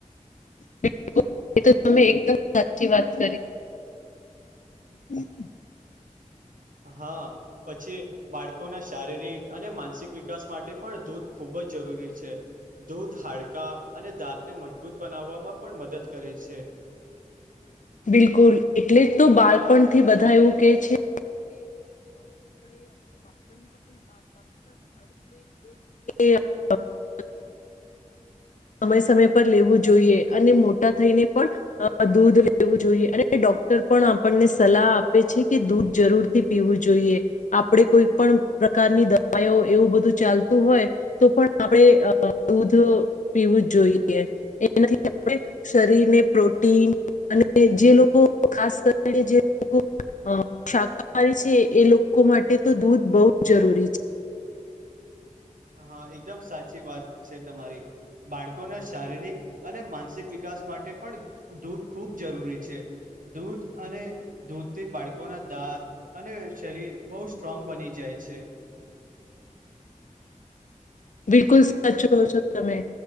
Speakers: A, on the left; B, on the right.
A: બિલકુલ એ તો તમે એકદમ સાચી વાત કરી. હમ.
B: હા પછી બાળકોના શારીરિક અને માનસિક વિકાસ માટે પણ દૂધ ખૂબ જરૂરી છે દૂધ હાડ કા અને દાંતને મજબૂત બનાવવામાં પણ મદદ કરે છે.
A: બિલકુલ એટલે જ તો બાળપણથી બધા એવું કે છે. <unintelligible> <inaudible>
B: <inaudible>
A: સમય સમય પર લેવું જોઈએ અને મોટા થઈને પણ દુધ. પીવું જોઈએ અને ડોક્ટર પણ આપણને સલાહ આપે છે કે દૂધ જરૂરથી પીવું જોઈએ. આપણે કોઈ પણ પ્રકારની દવાઓ એવું બધું ચાલતું હોય તો પણ આપણે અ. દૂધ પીવું જ જોઈએ એનાથી આપણે શરીરને પ્રોટીન અને જે લોકો ખાસ કરીને જે લોકો અ શાકાહારી છે એ લોકો માટે તો દૂધ બહુ જ જરૂરી છે.
B: હા એકદમ સાચી વાત છે તમારી. બાળકોના શારીરિક અને માનસિક વિકાસ માટે પણ દૂધ ખૂબ જરૂરી છે. દૂધ અને દૂધથી બાળકોના દાંત અને શરીર બહુ સ્ટ્રોંગ બની જાય છે.
A: બિલકુલ સાચો કો છો તમે